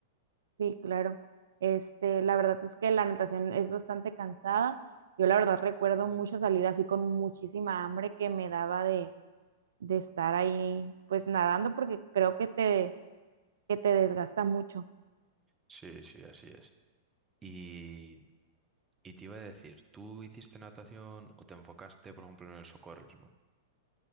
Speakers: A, on the right (about 65°); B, on the right (about 20°).
A: Sí, claro. Este, la verdad es que la natación es bastante cansada. Yo la verdad recuerdo mucho salir así con muchísima hambre que me daba de, de estar ahí pues nadando porque creo que te, que te desgasta mucho.
B: Sí, sí, así es. Y, y te iba a decir, ¿tú hiciste natación o te enfocaste, por ejemplo, en el socorrismo?